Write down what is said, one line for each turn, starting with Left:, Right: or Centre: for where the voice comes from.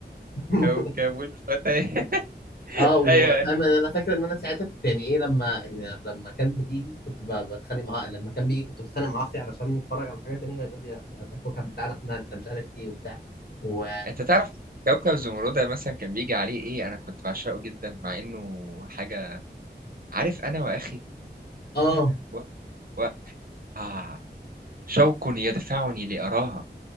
Left: <laughs>
Right: كوكب الفتى <laughs>
Left: اه وفاهم
Right: أيوه
Left: انا أنا فاكر ان انا ساعتها كنت يعني ايه لما يعني لما كانت بتيجي كنت ب- بتخانق معاها لما كان بيجي كنت بتخانق مع اختي علشان نتفرج على حاجه تانية وهي تقول لي ده ده الكوكب بتاعنا احنا انت مش عارف ايه وبتاع و
Right: انت تعرف كوكب زمردة مثلا كان بيجي عليه ايه انا كنت بعشقه جدا مع انه حاجة عارف انا واخي
Left: اه
Right: انا و... و... آه شوق يدفعني لأراها